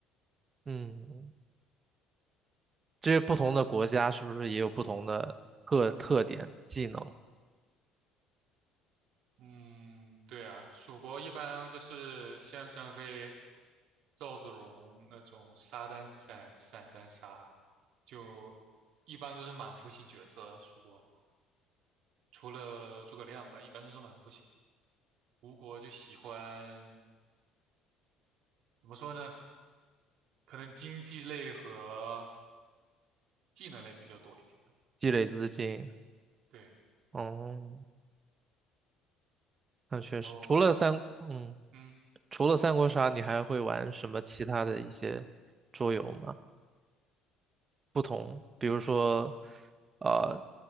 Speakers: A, on the right; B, on the right.
A: 嗯，这些不同的国家是不是也有不同的特特点、技能、
B: 嗯，对啊，蜀国一般就是像张飞、赵子龙那种杀单闪、闪单杀，就一般都是满腹型角色。蜀国的话，除了诸葛亮吧，一般都是满腹型。吴国就喜欢怎么说呢？可能经济类和技能类比较多一点。
A: 积累资金？
B: 对，
A: 哦，那确实，
B: 然后
A: 除了三，嗯，
B: 嗯。
A: 除了三国杀，你还会玩什么其他的一些桌游吗？不同，比如说，呃，